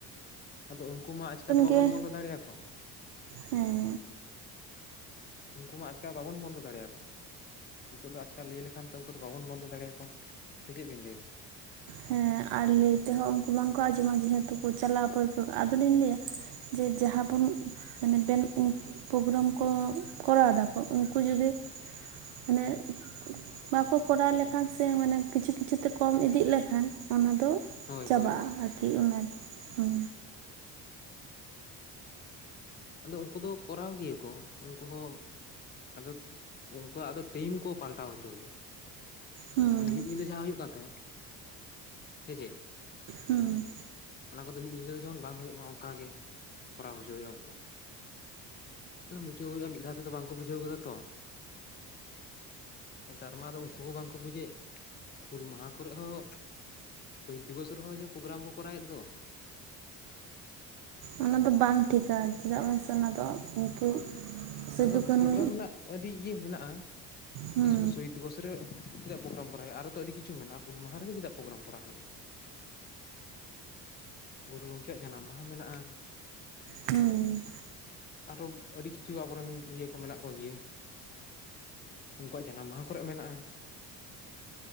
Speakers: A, on the left; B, on the right.
A: ᱟᱫᱚ ᱩᱱᱠᱩ ᱢᱟ ᱟᱪᱠᱟ ᱫᱚ ᱵᱟᱵᱚᱱ
B: ᱜᱮ
A: ᱵᱚᱱᱫᱚ ᱫᱟᱲᱮᱭᱟ ᱠᱚᱣᱟ᱾
B: ᱦᱮᱸ
A: ᱩᱱᱠᱩ ᱢᱟ ᱟᱪᱠᱟ ᱵᱟᱵᱚᱱ ᱵᱚᱱᱫᱚ ᱫᱟᱲᱮᱭᱟ ᱠᱚᱣᱟ᱾ ᱱᱤᱛᱚᱜ ᱫᱚ ᱟᱪᱠᱟ ᱞᱟᱹᱭ ᱞᱮᱠᱷᱟᱱ ᱛᱚ ᱩᱱᱠᱩ ᱫᱚ ᱵᱟᱵᱚᱱ ᱵᱚᱱᱫᱚ ᱫᱟᱲᱮᱭᱟᱠᱚᱣᱟ, ᱥᱮ ᱪᱮᱫ ᱵᱤᱱ ᱞᱟᱹᱭ ᱫᱟ?
B: ᱦᱮᱸ ᱟᱨ ᱞᱟᱹᱭ ᱛᱮᱦᱚᱸ ᱩᱱᱠᱩ ᱵᱟᱝᱠᱚ ᱟᱸᱡᱚᱢᱟ ᱡᱮᱦᱮᱛᱩ ᱠᱚ ᱪᱟᱞᱟᱣ ᱯᱟᱹᱨᱠᱟᱹᱣ ᱟᱫᱚᱞᱤᱧ ᱞᱟᱹᱭᱟ ᱡᱮ ᱡᱟᱦᱟᱸ ᱵᱚᱱ ᱢᱟᱱᱮ ᱵᱮᱱ ᱯᱨᱳᱜᱨᱟᱢ ᱠᱚ ᱠᱚᱨᱟᱣ ᱫᱟ, ᱩᱱᱠᱩ ᱡᱩᱫᱤ ᱢᱟᱱᱮ ᱵᱟᱠᱚ ᱠᱚᱨᱟᱣ ᱞᱮᱠᱷᱟᱱ ᱥᱮ ᱢᱟᱱᱮ ᱠᱤᱪᱷᱩ ᱠᱤᱪᱷᱩᱛᱮ ᱠᱚᱢ ᱤᱫᱤᱜ ᱞᱮᱠᱷᱟᱱ ᱚᱱᱟᱫᱚ
A: ᱦᱳᱭ
B: ᱪᱟᱵᱟᱜᱼᱟ
A: ᱦᱳᱭ ᱦᱳᱭ ᱦᱳᱭ
B: ᱟᱨᱠᱤ ᱚᱱᱟ ᱦᱩᱸ᱾
A: ᱟᱫᱚ ᱩᱱᱠᱩ ᱫᱚ ᱠᱚᱨᱟᱣ ᱜᱮᱭᱟᱠᱚ ᱩᱱᱠᱩ ᱦᱚᱸ ᱟᱫᱚ ᱩᱱᱠᱩᱣᱟᱜᱫᱚ ᱴᱟᱹᱭᱤᱢ ᱠᱚ ᱯᱟᱞᱴᱟᱣ ᱦᱚᱪᱚ ᱦᱩᱭᱩᱜᱼᱟ᱾
B: ᱦᱩᱸ
A: ᱢᱟᱱᱮ ᱢᱤᱫ ᱧᱤᱫᱟᱹ ᱡᱟᱦᱟᱸ ᱦᱩᱭᱩᱜ ᱠᱟᱱ ᱛᱟᱦᱮᱸᱜ ᱥᱮᱪᱮᱫ?
B: ᱦᱩᱸ᱾
A: ᱚᱱᱟ ᱠᱚᱫᱚ ᱢᱤᱫ ᱧᱤᱫᱟᱹ ᱫᱚ ᱡᱮᱢᱚᱱ ᱵᱟᱝᱦᱩᱭᱩᱜ ᱢᱟ ᱚᱝᱠᱟ ᱜᱮ ᱠᱚᱨᱟᱣ ᱦᱚᱪᱚ ᱦᱩᱭᱩᱜᱼᱟ ᱩᱱᱠᱩ᱾ ᱛᱚ ᱵᱩᱡᱷᱟᱹᱣ ᱦᱩᱭᱩᱜᱼᱟ ᱢᱤᱫ ᱫᱷᱟᱣᱛᱮᱫᱚ ᱵᱟᱝᱠᱚ ᱵᱩᱡᱟᱹᱣ ᱜᱚᱫᱟ ᱛᱚ᱾ ᱱᱮᱛᱟᱨ ᱢᱟᱫᱚ ᱩᱱᱠᱩ ᱦᱚᱸ ᱵᱟᱝᱠᱚ ᱵᱩᱡᱮᱫ ᱦᱩᱞ ᱢᱟᱦᱟ ᱠᱚᱨᱮ ᱦᱚᱸ ᱥᱚᱦᱤᱛ ᱫᱤᱵᱚᱥ ᱨᱮᱦᱚᱸ ᱡᱮ ᱯᱨᱳᱜᱨᱟᱢ ᱠᱚ ᱠᱚᱨᱟᱣᱮᱫ ᱫᱚ᱾
B: ᱚᱱᱟ ᱫᱚ ᱵᱟᱝ ᱴᱷᱤᱠᱟ ᱪᱮᱫᱟᱜ ᱢᱟᱥᱮ ᱚᱱᱟᱫᱚ ᱩᱱᱠᱩ ᱥᱤᱫᱩ
A: ᱟᱫᱚ
B: ᱠᱟᱹᱱᱩ
A: ᱯᱨᱳᱜᱨᱟᱢ ᱨᱮᱱᱟᱜ ᱟᱹᱰᱤ ᱤᱭᱟᱹ ᱢᱮᱱᱟᱜᱼᱟ,
B: ᱦᱩᱸ
A: ᱥᱩᱫᱩ ᱥᱚᱦᱤᱫ ᱫᱤᱵᱚᱥ ᱨᱮ ᱪᱮᱫᱟᱜ ᱯᱨᱳᱜᱨ ᱠᱚᱟᱣ ᱦᱩᱭᱩ-ᱟ, ᱟᱨᱳ ᱟᱹᱰᱤ ᱠᱤᱪᱷᱩ ᱢᱮᱱᱟᱜᱼᱟ ᱦᱩᱞ ᱢᱟᱦᱟ ᱨᱮᱜᱮ ᱪᱮᱫᱟᱜ ᱯᱨᱳᱜᱨᱟᱢ ᱠᱚᱨᱟᱣ ᱦᱩᱭᱩᱜ-ᱟ? ᱜᱩᱨᱩ ᱜᱚᱝᱠᱮᱭᱟᱜ ᱡᱟᱱᱟᱢ ᱢᱟᱦᱟ ᱢᱮᱱᱟᱜᱼᱟ,
B: ᱦᱩᱸ᱾
A: ᱟᱨᱚ ᱟᱹᱰᱤ ᱠᱤᱪᱷᱩ ᱟᱵᱚᱨᱮᱱ ᱤᱭᱟᱹ ᱠᱚ ᱢᱮᱱᱟᱜ ᱠᱚᱜᱮᱭᱟ᱾ ᱩᱱᱠᱩᱣᱟᱜ ᱡᱟᱱᱟᱢ ᱢᱟᱦᱟ ᱠᱚᱨᱮᱜ ᱢᱮᱱᱟᱜᱼᱟ᱾